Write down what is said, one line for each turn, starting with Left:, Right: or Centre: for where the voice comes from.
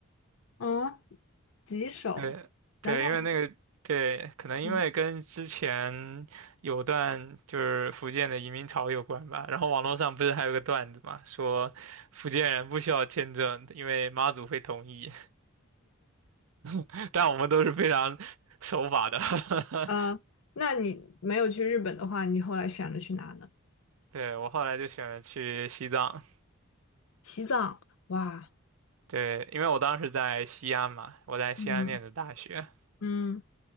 Left: 哦，吉首？
Right: 对对，
Left: 难道不？
Right: 因为那个对，可能因为跟之前有段就是福建的移民潮有关吧。
Left: 嗯，
Right: 然后网络上不是还有个段子嘛，说福建人不需要签证，因为妈祖会同意。<laughs> 但我们都是非常守法的。<laughs>
Left: 呃那你没有去日本的话，你后来选了去哪呢？
Right: 对，我后来就选了去西藏，
Left: 西藏。哇，
Right: 对，因为我当时在西安嘛，我在西安念的大学。
Left: 嗯嗯，